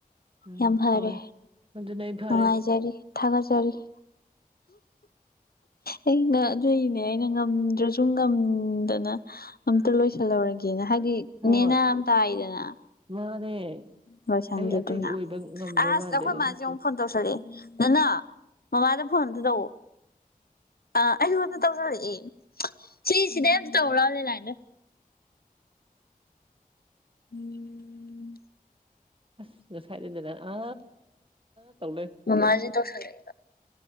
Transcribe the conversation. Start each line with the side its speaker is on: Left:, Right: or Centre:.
Right: ꯎꯝ
Left: ꯌꯥꯝ ꯐꯔꯦ
Right: ꯂꯣꯏꯔꯦ ꯑꯗꯨꯅ ꯑꯩ ꯐꯔꯦ
Left: ꯅꯨꯡꯉꯥꯏꯖꯔꯤ ꯊꯥꯒꯠꯆꯔꯤ <inaudible> ꯑꯩ ꯑꯗꯨꯒꯤꯅꯦ ꯑꯩꯅ ꯉꯝꯗ꯭ꯔꯁꯨ ꯉꯝꯗꯅ ꯑꯝꯇ ꯂꯣꯏꯁꯜꯍꯧꯔꯒꯦꯅ ꯍꯥꯏꯗꯤ
Right: ꯍꯣꯏ
Left: ꯅꯦꯅ ꯇꯥꯏꯗꯅ
Right: ꯃꯥꯅꯦ
Left: ꯕꯔꯁꯟ
Right: ꯑꯩ
Left: ꯒꯤꯞꯇꯨꯅ
Right: ꯑꯇꯩꯗꯤ ꯑꯣꯏꯕ ꯉꯝꯗꯣꯏ
Left: ꯑꯁ
Right: ꯃꯥꯟꯗꯦ
Left: ꯑꯩꯈꯣꯏ
Right: ꯑꯗꯨꯝ
Left: ꯃꯥꯁꯦ ꯑꯃꯨꯛ ꯐꯣꯟ ꯇꯧꯁꯂꯛꯑꯦ ꯅꯪꯅꯥ ꯃꯃꯥꯗ ꯐꯣꯟꯇ ꯇꯧ ꯑ ꯑꯩꯗ ꯇꯧꯁꯤꯜꯂꯛꯑꯦ ꯁꯤꯁꯤꯗꯩ ꯑꯝ ꯇꯧ ꯂꯥꯂ ꯂꯥꯏꯟꯗ ꯎꯝ
Right: ꯑꯁ ꯉꯁꯥꯏꯗꯗꯦꯅ ꯑ ꯇꯧ
Left: ꯃꯃꯥꯁꯦ ꯇꯧꯁꯜꯂꯛꯏꯕ